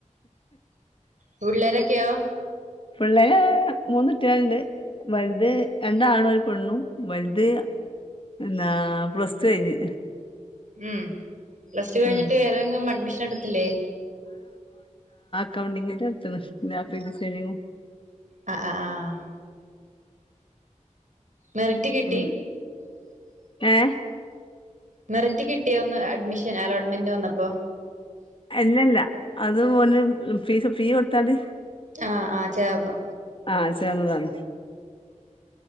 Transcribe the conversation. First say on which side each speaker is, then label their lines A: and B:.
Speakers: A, on the right (about 70°); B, on the left (about 40°).
A: പിള്ളേരൊക്കെ ഒക്കെയോ
B: പിള്ളാര് മൂന്ന് കുട്ടികളുണ്ട് വലുത് രണ്ടാണ് ഒരു പെണ്ണും വലുത് എന്താ പ്ലസ് ടു കഴിഞ്ഞ്
A: ഉം പ്ലസ് ടു കഴിഞ്ഞിട്ട്
B: ഉം
A: വേറെങ്ങും അഡ്മിഷൻ എടുത്തില്ലേ
B: കൗണ്ടിങ്ങിൻ്റെ അടുത്താണ് ഗ്രാഫിക് ഡിസൈനിങ്ങും
A: ആ ആഹ് ആ മെറിറ്റ് കിട്ടി
B: ഉം ഏ
A: മെറിറ്റ് കിട്ടിയൊന്നു അഡ്മിഷൻ അലോട്ട്മെന്റ് വന്നപ്പോ
B: അല്ലല്ല അത് മോന് ഫീസ് ഫീ കൊടുത്താണ്ട്
A: ആഹ് ആ ചേർന്നു
B: ആ ചേർന്നതാണ്